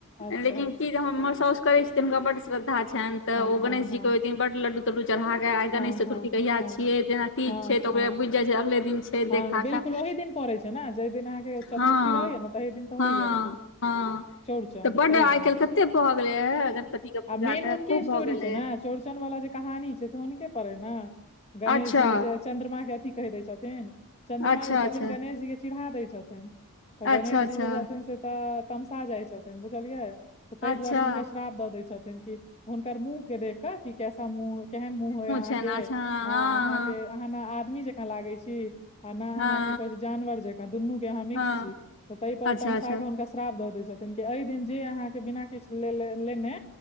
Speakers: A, on the left; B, on the left.
A: अच्छा
B: लेकिन की हमर सौस कर छ छथिन हुनका बड श्रद्धा छनि त
A: हँ
B: ओ
A: हँ
B: गणेशजी
A: हँ
B: कहेन बड लडू तडडू चढ़ाक के आई
A: हँ
B: गणेश चतुर्थी
A: हँ
B: कहिया
A: हँ
B: छिये जेना तीज
A: हँ
B: छै त
A: हँ
B: ओकरे बुझि जाय छै अगे दिन छै
A: हँ
B: देखा
A: बिलकुल
B: कऽ
A: ओहि दिन पड़े छै ने जय दिन अहाँ चतुर्थी
B: हँ
A: रहै ने तऽहि दिन तऽ होइय
B: हँ
A: अथ
B: हँ
A: चौरचन
B: तऽ बड्ड
A: तहि
B: आइ
A: दिन होयऽ
B: काल्हि कते भऽ गेलै हे गणपति के पूजा
A: <inaudible> आ मेन
B: के
A: हुनके
B: खूब
A: स्टोरी
B: भऽ गेलै
A: छै न चौरचन वाला जे कहानी छै से हुनके पड़े ने गणेशजी
B: अच्छा
A: जे चन्द्रमा के अथि कहि दै छथिन चन्द्रमा
B: अच्छा
A: जे छथिन
B: अच्छा
A: गणेश जी के चिढ़ा दै छथिन तऽ गणेश
B: अच्छा अच्छा
A: जी जे छथिन से तऽ तमसा जाइ छथिन बुझलियै तऽ ताहि
B: अच्छा
A: दुआरे हुनका श्राप द दय छथिन कि हुनकर मुह के देख कऽ कि कैसा मुँह केहन मुँह अय अहाँ
B: छनि
A: के
B: अच्छा
A: अ
B: हँ
A: अहाँके
B: हँ
A: अहाँ ने आदमी जकाँ लागे छी आ न अहाँ
B: हँ
A: की कहे छै जानवर जकाँ दुनू के अहाँ मिक्स
B: हँ
A: छी तऽ ताहि पर
B: अच्छा
A: ओ तमसा
B: अच्छा
A: कऽ हुनका श्राप दैत छथि एहि दिन जे अहाँके बिना किछु ले लेने